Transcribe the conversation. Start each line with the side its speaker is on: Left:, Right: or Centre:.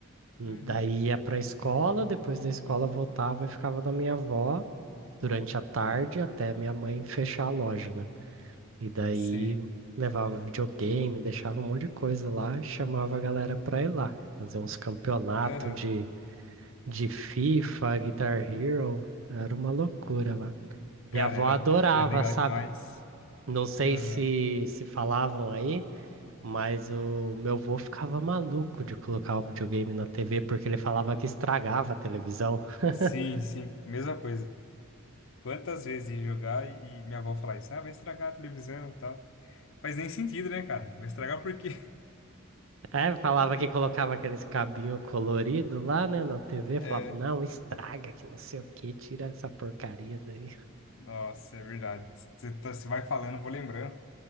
Left: Uhum.
Right: daí ia para a escola, depois da escola voltava e ficava na minha avó durante a tarde até minha mãe fechar a loja, né? E daí
Left: Sei.
Right: levava videogame, deixava um monte de coisa lá, chamava a galera pra ir lá, fazer uns campeonatos
Left: Aham.
Right: de, de FIFA, Guitar Hero, era uma loucura lá.
Left: Cara,
Right: Minha avó
Left: era,
Right: adorava,
Left: era legal
Right: sabe?
Left: demais.
Right: Não sei
Left: Aham.
Right: se se falavam aí, mas o meu avô ficava maluco de colocar o videogame na TV porque ele falava que estragava a televisão. <laughs>
Left: Sim, sim, mesma coisa. Quantas vezes ia jogar e, e minha avó falar isso? Ah, vai estragar a televisão e tal. Faz nem sentido, né, cara? Vai estragar por quê? <laughs>
Right: É, falava que colocava aqueles cabinho colorido lá, né, na TV, falava,
Left: É,
Right: não, estraga, que não sei o que, tira essa porcaria daí.
Left: nossa, é verdade. Você tá- você vai falando, eu vou lembrando.